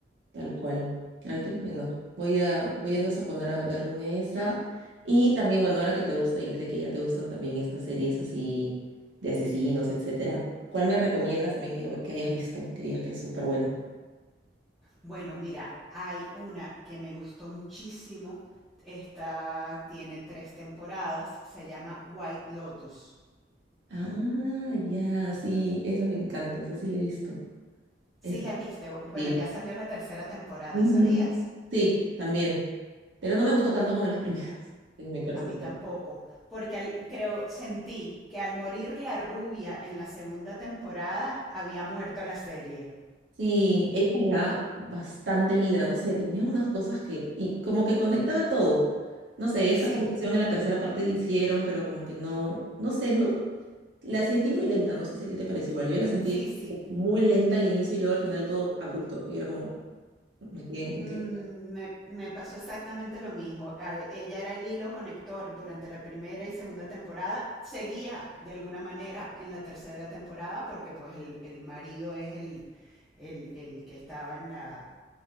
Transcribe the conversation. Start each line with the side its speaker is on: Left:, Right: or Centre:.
Right: Tal cual. Ay, que bueno. Voy a, voy entonces a poner a verme esa. Y también, bueno, ahora que te gusta y sé que ya te gustan también estas series así de asesinos, etcétera. ¿Cuál me recomiendas también que, que hayas visto? Que digas que es súper buena.
Centre: Bueno, mira, hay una que me gustó muchísimo. Esta tiene tres temporadas. Se llama White Lotus.
Right: Ah, ya, sí, esa me encanta, esa sí la he visto.
Centre: Sí
Right: Es,
Centre: la viste. Bu- Bueno,
Right: sí.
Centre: ya salió la tercera temporada,
Right: Ujú.
Centre: ¿sabías?
Right: Sí, también. Pero no me gustó tanto como las primeras, en mi percepción.
Centre: A mí tampoco, porque al- creo, sentí que al morir la rubia en la segunda temporada había muerto la serie.
Right: Sí, ella le daba bastante vida, no sé, tenía unas cosas que, y como que conectaba todo. No sé,
Centre: Sí,
Right: esa conexión en la tercera parte la hicieron, pero como que no, no sé, no, la sentí muy lenta, no sé si a ti te pareció igual, yo la sentí
Centre: sí, sí.
Right: muy lenta al inicio y luego al final todo abrupto, y era como, me quedé en
Centre: Mm,
Right: que...
Centre: Me, me pasó exactamente lo mismo. A- Ella era el hilo conector durante la primera y segunda temporada. Seguía de alguna manera en la tercera temporada porque pues el, el marido es el, el- el que estaba en la,